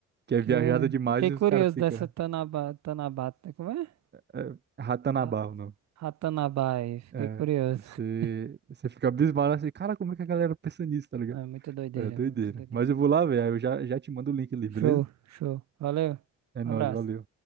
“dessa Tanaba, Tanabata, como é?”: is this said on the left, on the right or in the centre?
Right